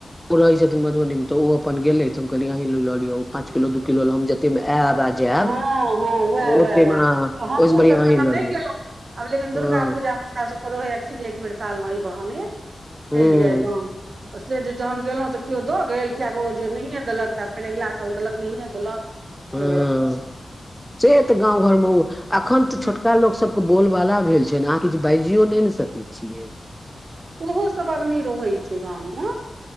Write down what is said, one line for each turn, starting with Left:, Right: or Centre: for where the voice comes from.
Centre: ओ रहे छथिन मधुबनी मे, त ओ अपन गेलैथ त हम कहलिय अहि ल लिय, ओ पाँच किलो, दू किलो ले हम जते मे आयब, आ जायब
Right: हँ, हँ, उएह- उएह,
Centre: ओते
Right: उएह
Centre: मे
Right: हमूँसभ
Centre: ओहिसँ बढ़िआँ
Right: त
Centre: अहीं
Right: अखन नहि
Centre: लऽ लिअ
Right: गेलहुँ। अब लेकिन दुर्गा
Centre: हँ
Right: पूजा मे हमरा सब के रहैया कि जे, एक बेर साल मे अइ बहाने
Centre: हूँ
Right: चलि जाय गाम। तऽ से जे जखन गेलहुँ तऽ केओ दऽ गेल, केगो जे नहिए देलक। तब फेने अगिला साल देलक, नहिय देलक,
Centre: हँ
Right: से भऽ जाय
Centre: से तऽ गाँव घरमे, एखन
Right: हुँ
Centre: तऽ छोटका लोक सब बोल -बाला भेल छै ने, अहाँ किछु बाजियो नहि ने सकै छियै।
Right: ओहो सब आब नहि रहै छै गाम मे,